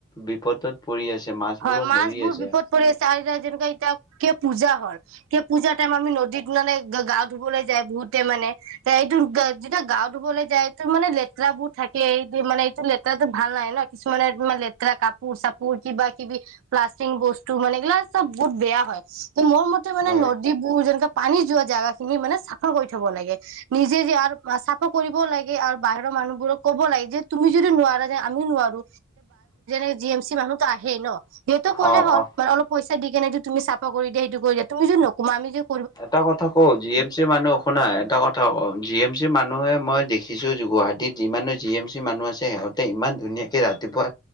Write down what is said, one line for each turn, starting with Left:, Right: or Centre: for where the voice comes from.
Left: বিপদত পৰি আছে মাছবোৰো
Right: হয় মাছ
Left: মৰি
Right: বোৰ
Left: আছে
Right: বিপদ পৰি আছে। <unintelligible> যেনেকুৱা এতিয়া কিয় পূজা হল কিয় পূজা টাইম আমি নদীত মানে গা ধুবলৈ যায় বহুতে মানে এ এইটো যেতিয়া গা ধুবলৈ যায় এইটো মানে লেতেৰা বোৰ থাকে এই মানে এইটো লেতেৰাটো ভাল নাই ন কিছুমানে ত লেতেৰা কাপোৰ চাপোৰ কিবা কিবি প্লাছটিং বস্তু মানে এইগিলা চব বহুত বেয়া হয়। মোৰ মতে মানে
Left: হয়
Right: নদীবোৰ যেনেকা পানী যোৱা জোগা খিনি মানে চাফা কৰি থব লাগে নিজে যে আৰু চাফা কৰিবও লাগে আৰু বাহিৰৰ মানুহবোৰক ক'ব লাগে যে তুমি যদি নোৱাৰা যে আমিও নোৱাৰো এ জি এম চি মানুহতো আহিয়ে থাকে হেই ন হেইতো ক'লেই
Left: অ
Right: হ'ল
Left: অ
Right: মান অলপ পইচা হেতু দি কেনি যদি তুমি চাফা কৰি দিয়া সেইটো কৰি দিয়া তুমি যদি নকৰা আমি যদি নকৰো
Left: এটা কথা কও জি এম চি মানুহ শুনা এটা কথা কও জি এম চি মানুহে মই দেখি িছো গুৱাহাটীত যিমানো জি এম চি মানুহ আছে সিহঁতে ইমান ধুনীয়াকে ৰাতিপুৱা